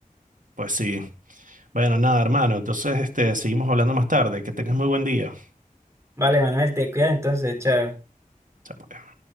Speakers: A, on the right; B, on the right.
A: Pues sí. Bueno, nada, hermano. Entonces, este, seguimos hablando más tarde. Que tengas muy buen día.
B: Vale, Manuel, te cuida entonces, chao.
A: Chao, pues.